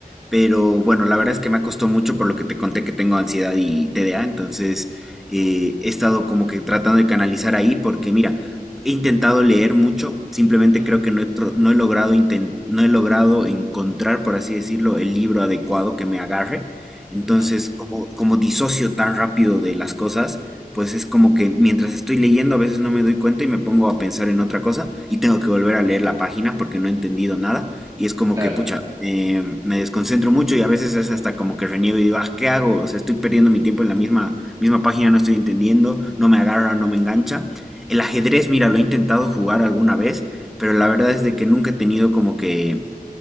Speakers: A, in the centre; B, on the right.
A: Pero bueno, la verdad es que me costado mucho por lo que te conté que tengo ansiedad y TDA. Entonces eh, he estado como que tratando de canalizar ahí porque mira, he intentado leer mucho. Simplemente
B: ujú,
A: creo que no he, tro- no he logrado inten- no he logrado encontrar, por así decirlo, el libro adecuado que me agarre. Entonces,
B: ujú,
A: como, como disocio tan rápido de las cosas pues es como que mientras estoy leyendo a veces no me doy cuenta y me pongo a pensar en otra cosa y tengo que volver a leer la página porque no he entendido nada y es como
B: claro.
A: que, pucha, eh, me desconcentro mucho y a veces es hasta como que reniego y digo, ah, ¿qué hago? O sea, estoy perdiendo mi tiempo en la misma, misma página, no estoy entendiendo, no me agarra, no me engancha. El ajedrez, mira, lo he intentado jugar alguna vez, pero la verdad es de que nunca he tenido como que